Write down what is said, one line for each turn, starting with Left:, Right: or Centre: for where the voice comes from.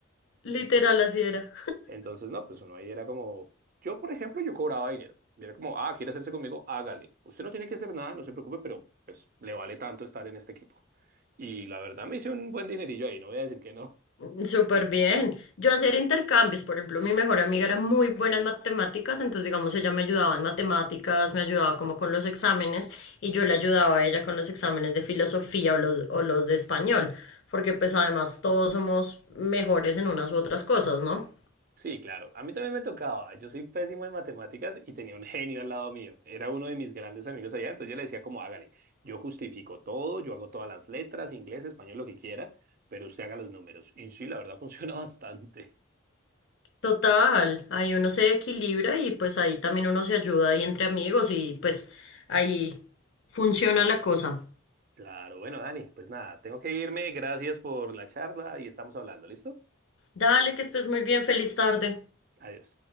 Left: literal
Right: Ento-
Left: así era.
Right: entonces, no, pues uno ahí era como, yo por ejemplo, yo cobraba dinero. Y era como, ah, quiere hacerse conmigo, hágale. Usted no tiene que hacer nada, no se preocupe, pero pues le vale tanto estar en este equipo. Y la verdad me hice un buen dinerillo ahí, no voy a decir que no. <laughs>
Left: Mm, Súper bien. Yo hacer intercambios, por ejemplo, mi mejor amiga era muy buena en matemáticas, entonces digamos ella me ayudaba en matemáticas, me ayudaba como con los exámenes y yo le ayudaba a ella con los exámenes de filosofía o los, o los de español, porque pues además todos somos mejores en unas u otras cosas, ¿no?
Right: Sí, claro, a mí también me tocaba. Yo soy pésimo en matemáticas y tenía un genio al lado mío. Era uno de mis grandes amigos allá, entonces yo le decía como, hágale, yo justifico todo, yo hago todas las letras, inglés, español, lo que quiera, pero usted haga los números. Y sí, la verdad <laughs> funciona bastante.
Left: Total, ahí uno se equilibra y pues ahí también uno se ayuda ahí entre amigos y pues ahí funciona la cosa.
Right: Claro, bueno, Dani, pues nada, tengo que irme. Gracias por la charla y estamos hablando, ¿listo?
Left: Dale, que estés muy bien, feliz tarde.
Right: Adiós.